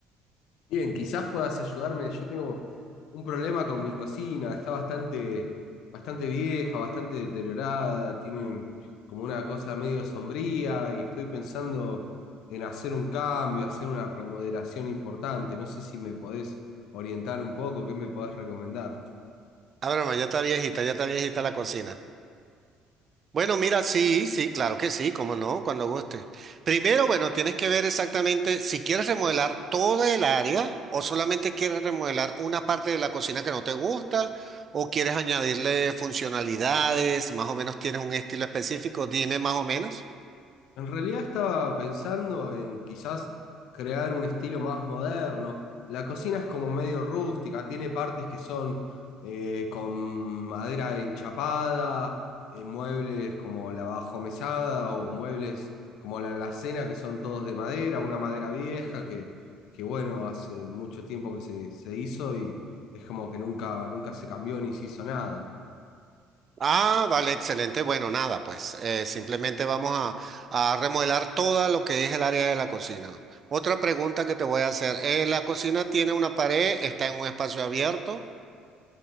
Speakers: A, on the left; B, on the right.
A: Bien, quizás puedas ayudarme. Yo tengo un problema con mi cocina. Está bastante, bastante vieja, bastante deteriorada. Tiene como una cosa medio sombría y estoy pensando en hacer un cambio, hacer una remodelación importante. No sé si me podés orientar un poco, qué me podés recomendar.
B: Ah, broma, ya está viejita, ya está viejita la cocina. Bueno, mira, sí, sí, claro que sí, cómo no, cuando guste. Primero, bueno, tienes que ver exactamente si quieres remodelar toda el área o solamente quieres remodelar una parte de la cocina que no te gusta o quieres añadirle funcionalidades, más o menos tienes un estilo específico, dime más o menos.
A: En realidad estaba pensando en quizás crear un estilo más moderno. La cocina es como medio rústica, tiene partes que son eh, con madera enchapada, eh, muebles como la bajomesada o muebles como la alacena que son todos de madera, una madera vieja que, que bueno, hace mucho tiempo que se, se hizo y es como que nunca, nunca se cambió ni se hizo nada.
B: Ah, vale, excelente. Bueno, nada, pues eh, simplemente vamos a, a remodelar todo lo que es el área de la cocina. Otra pregunta que te voy a hacer. eh, ¿la cocina tiene una pared? ¿Está en un espacio abierto?